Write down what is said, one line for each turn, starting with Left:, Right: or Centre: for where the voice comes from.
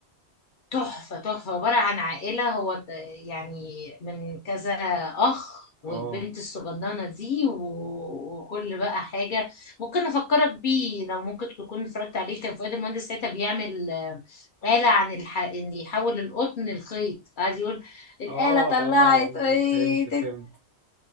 Left: تحفه تحفه عباره عن عائله هو ت- يعني من كذا اخ والبنت
Right: اه
Left: الصغننه دي و- وكل بقى حاجه ممكن افكرك بيه لو ممكن تكون اتفرجت عليه كان فؤاد المهندس ساعتها بيعمل آه، آلة عن الح... ان يحول القطن لخيط قاعد يقول الآلة
Right: اه
Left: طلعت
Right: اه أيوة،
Left: ايه
Right: فهمت فهمت